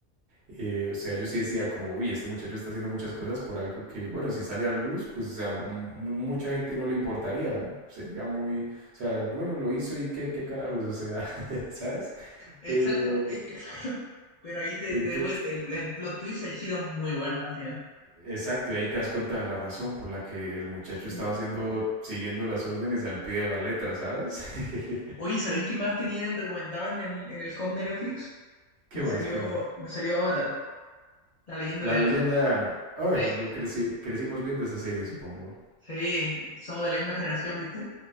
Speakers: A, on the right; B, on the left.
A: Eh, o sea, yo sí decía como, uy, este muchacho está haciendo muchas cosas por algo que, bueno, si sale a la luz, pues a mu- mucha gente no le importaría. ¿no? Sería muy, o sea, bueno, lo hizo y qué, qué carajos, o sea, <laughs> ¿sabes?
B: Exacto,
A: Pero,
B: e- exacto. <laughs> Pero ahí te,
A: entonces,
B: te devuel- el, el plot twist, el giro es muy bueno al final.
A: exacto, y ahí te das cuenta de la razón por la que el muchacho
B: Sí.
A: estaba haciendo, siguiendo las órdenes al pie de la letra, ¿sabes? <laughs>
B: Oye, ¿sabéis qué más tenían recomendado en el, en el home de Netflix?
A: ¿Qué
B: Me
A: más?
B: salió,
A: ¿Qué más?
B: me salió Avatar, la leyenda
A: La
B: de Anka
A: leyenda de Aang. Ay,
B: Sí,
A: yo crecí, crecimos viendo esa serie, supongo.
B: sí, es que somos de la misma generación, ¿viste?